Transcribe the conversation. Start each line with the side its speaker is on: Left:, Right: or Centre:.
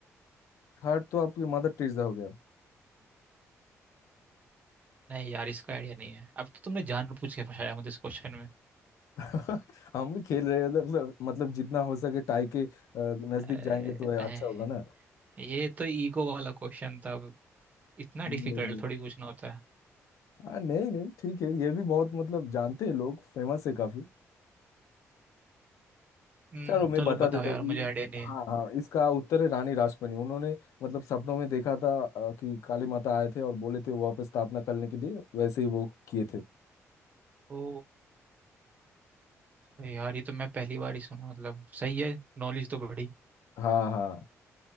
Left: थर्ड तो आपकी मदर टेरेसा हो गया
Right: नहीं यार इसका आइडिया नहीं है अब तो तुमने जानबूझ के फंसाया मुझे इस क्वेश्चन में
Left: <laughs> हम भी खेल रहे हैं मतलब मतलब जितना हो सके टाई के अ, नजदीक
Right: अरे,
Left: जाएंगे तो
Right: नहीं,
Left: अच्छा होगा ना
Right: ये तो ईगो वाला क्वेश्चन था अब इतना
Left: नहीं
Right: डिफिकल्ट
Left: नहीं
Right: थोड़ी पूछना होता
Left: हाँ नहीं नहीं ठीक है ये भी बहुत मतलब जानते हैं लोग फेमस है काफी
Right: हम्म,
Left: चलो मैं
Right: चलो
Left: बता
Right: बताओ
Left: देता
Right: यार
Left: हूँ
Right: मुझे
Left: ये-
Right: आइडिया नहीं है
Left: हाँ हाँ इसका उत्तर है रानी रासमणी उन्होंने मतलब सपनों में देखा था अ, कि काली माता आए थे और बोले थे वहाँ पे स्थापना करने के लिए वैसे ही वो किए थे
Right: ओ यार ये तो मैं पहली बार ही सुना मतलब सही है नॉलेज तो बड़ी
Left: हाँ हाँ